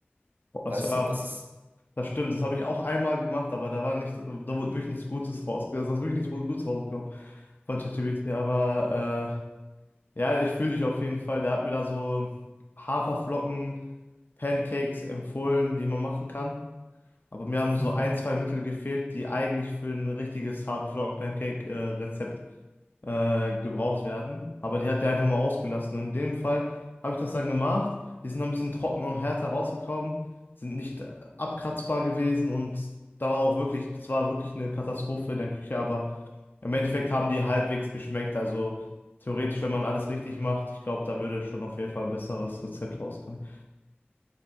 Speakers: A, on the left; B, on the right.
A: Das
B: Weißt
A: war,
B: du, das ist.
A: das stimmt, das habe ich auch einmal gemacht, aber da war nicht, da wurde wirklich nichts Gutes rausgekommen, da ist wirklich nichts Gutes rausgekommen von ChatGPT, aber äh, Ja, ich fühle dich auf jeden Fall. Der hat mir da so Haferflocken, Pancakes empfohlen, die man machen kann. Aber mir haben so
B: <laughs>
A: ein, zwei Mittel gefehlt, die eigentlich für ein richtiges Haferflocken-Pancake-Rezept äh, gebraucht werden. Aber die hat der einfach mal ausgelassen. Und in dem Fall habe ich das dann gemacht. Die sind noch ein bisschen trockener und härter rausgekommen, sind nicht äh, abkratzbar gewesen und da war auch wirklich, das war wirklich eine Katastrophe in der Küche, aber im Endeffekt haben die halbwegs geschmeckt. Also theoretisch, wenn man alles richtig macht, ich glaube, da würde schon auf jeden Fall ein besseres Rezept rauskommen.